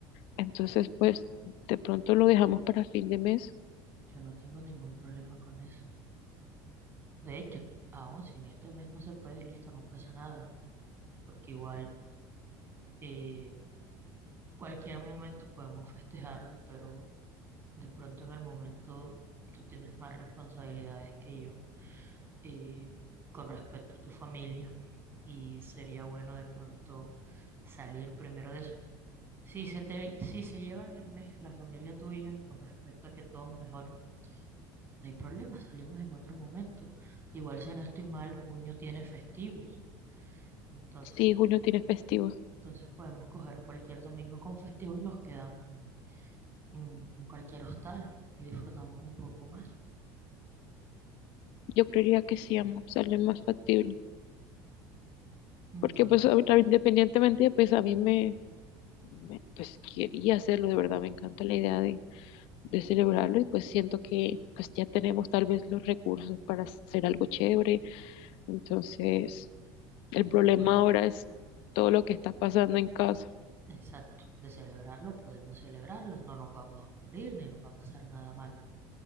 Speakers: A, on the left; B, on the right.
A: Entonces, pues de pronto lo dejamos para fin de mes.
B: yo no tengo ningún problema con eso. De hecho, aún si en este mes no se puede, listo, no pasa nada, porque igual eh, cualquier momento podemos festejarlo, pero de pronto en el momento tú tienes más responsabilidades que yo eh, con respecto a tu familia y sería bueno de pronto salir primero de eso. Si se te, si se llevan el mes la familia tuya con respecto a que todos mejoren, no hay problema, salimos en otro momento. Igual si no estoy mal, junio tiene festivos. Entonces,
A: Sí, junio tiene festivo.
B: entonces podemos coger cualquier domingo con festivo y nos quedamos en, en- en cualquier hostal y disfrutamos un poco más.
A: Yo creería que sí, amo, sale más factible.
B: Entonces,
A: Porque pues ahorita, independientemente, pues a mí me, me- pues quería hacerlo, de verdad, me encanta la idea de, de celebrarlo y pues siento que pues ya tenemos tal vez los recursos para hacer algo chévere. Entonces, el
B: no
A: problema
B: podemos,
A: ahora es todo lo que está pasando en casa.
B: exacto, de celebrarlo podemos celebrarlo, no nos vamos a morir ni nos va a pasar nada malo.